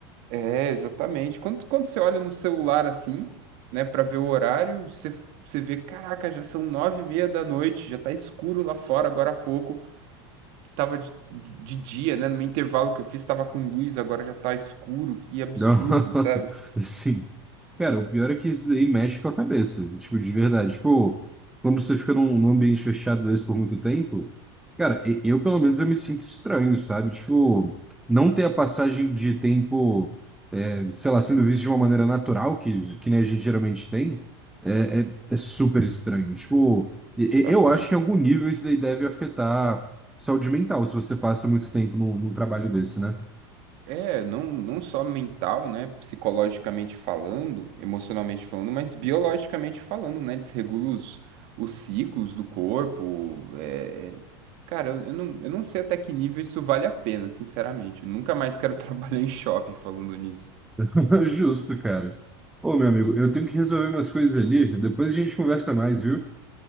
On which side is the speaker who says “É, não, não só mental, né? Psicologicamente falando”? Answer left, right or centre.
Right